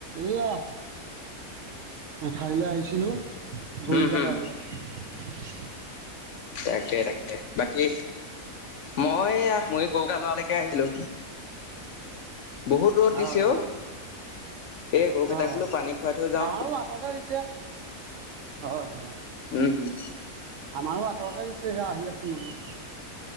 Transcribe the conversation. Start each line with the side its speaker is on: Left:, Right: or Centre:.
Right: এয়া এঠাৰলৈ আহিছিলো গৰুকেইটা
Left: উম হুম
Right: লৰাবলে।
Left: তাকে তাকে বাকী মই এইয়া গৰুগা লৰালৈকে আহিছিলো। বহুত ৰ'দ দিছে
Right: অহ
Left: অ এই গৰুকেইটাক
Right: অহ
Left: বোলো
Right: উ অ
Left: পানী খুৱাই থৈ যাওঁ
Right: আমাৰো হাততে দিছে অহ,
Left: উম হম
Right: আমাৰো ওচৰতে দিছে, সেয়া আহি আছোঁ মানুহ